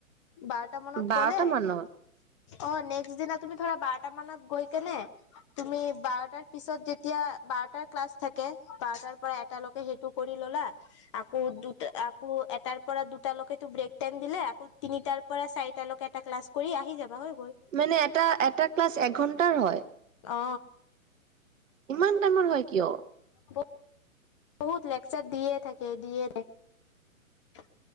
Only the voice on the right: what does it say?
বাৰটা
মানত?
মানে এটা এটা ক্লাছ এঘণ্টাৰ হয়?
ইমান টাইমৰ হয় কিয়?